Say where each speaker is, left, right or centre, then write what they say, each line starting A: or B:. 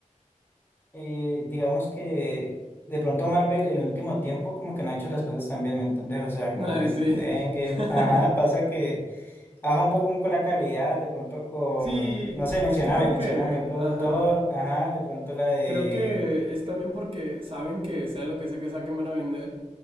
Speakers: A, on the left (about 15°); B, on the right (about 40°).
A: eh, digamos que de pronto Marvel en el último tiempo como que no ha hecho las cosas tan bien, ¿me entendés? O sea, como
B: Ay,
A: que después
B: sí.
A: de Endgame,
B: <laughs>
A: ajá, pasa que baja un poco como con la calidad, de pronto con,
B: Sí,
A: no sé, mencioname,
B: es que creo
A: mencioname,
B: que...
A: ejemplo,
B: Ajá.
A: Thor, ajá, de pronto la de...
B: Creo que es también porque saben que sea lo que sea que saquen van a vender,